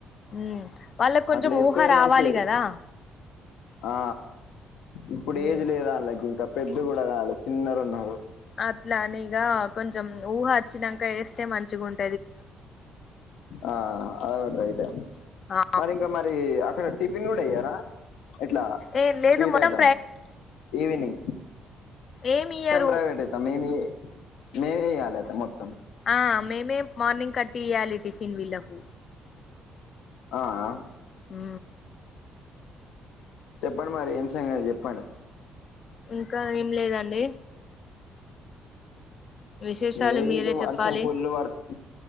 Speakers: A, on the left; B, on the left.
A: ఉహ్ వాళ్ళకి కొంచెం
B: అట్లయితే
A: ఊహ రావాలి
B: మంచిది
A: కదా.
B: ఆ ఇప్పుడేజ్
A: ఉమ్
B: లేదు అళ్ళకి ఇంకా పెద్ద కూడా కాలే చిన్నరున్నారు
A: అట్ల అని ఇగా కొంచెం ఊహ వచ్చినాంక ఏస్తే మంచిగున్
B: ఆ అది గూడ రేటే
A: ఆ
B: మరి ఇంకా మరి మరి అక్కడ టిఫిన్ కూడా ఇయ్యారా ఇట్ల
A: ఏ లేదు
B: స్వీట్
A: మొత్తం
B: ఐటమ్ ఈవినింగ్
A: ఏమియ్యరు
B: ప్రైవేటైతే మేమే మేమియ్యాలట మొత్తం
A: ఆ మేమే మార్నింగ్ కట్టియ్యాలి. టిఫిన్ వీళ్ళకు
B: ఆ ఆ
A: ఉ
B: చెప్పండి మరి ఏం సంగతి చెప్పండి
A: ఇంకా ఏం లేదండి విశేషాలు
B: లేదు
A: మీరే చెప్పాలి
B: వర్షం ఫులు బడ్తు